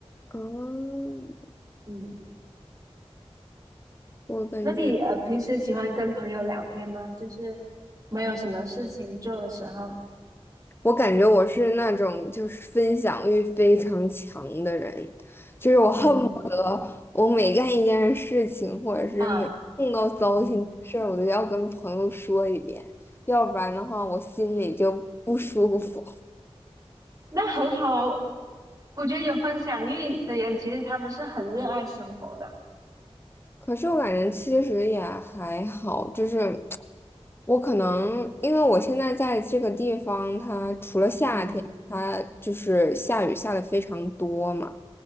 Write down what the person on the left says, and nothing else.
嗯，
我感觉。
我感觉我是那种就是分享欲非常强的人，就是我恨不得我每干一件事情，
或者是每碰到糟心的事儿，
我都要跟朋友说一遍，要不然的话我心里就不舒服。
可是我感觉其实也还好，就是我可能因为我现在在这个地方，它除了夏天，
它就是下雨下的非常多嘛。